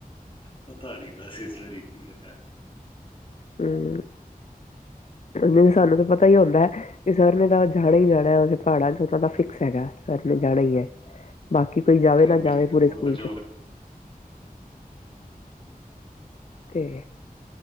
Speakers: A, on the left; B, on the left.
A: ਪਤਾ ਨੀ ਬਾੱਸ ਇਸ ਵਾਰੀ ਕੀ ਹੈਏਆ।
B: ਹੂੰ, ਨਈ ਸਾਨੂੰ ਤੇ ਪਤਾ ਈ ਹੁੰਦੈ। ਤੇ ਸਰ ਨੇ ਤਾਂ ਜਾਣਾ ਈ ਜਾਣੈ ਓਥੇ ਪਹਾੜਾਂ ਚ, ਓਦਾ ਫਿਕਸ ਹੈਗੈ ਸਰ ਨੇ ਜਾਣਾ ਈ ਐ। ਬਾਕੀ ਕੋਈ ਜਾਵੇ
A: ਕੰਮ
B: ਨਾ
A: ਹੀ
B: ਜਾਵੇ
A: ਸੀਗਾ
B: ਪੂਰੇ
A: ਹੁਣ
B: ਸੂਕੂਲ
A: ਜੋ
B: ਚ।
A: ਉਹ
B: ਤੇ